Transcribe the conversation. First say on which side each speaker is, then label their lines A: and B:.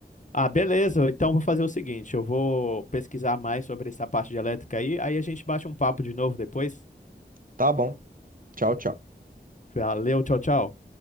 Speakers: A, on the left; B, on the right.
A: Ah, beleza. Então vou fazer o seguinte, eu vou pesquisar mais sobre essa parte de elétrica aí, aí a gente bate um papo de novo depois.
B: Tá bom. Tchau, tchau.
A: Valeu, tchau, tchau.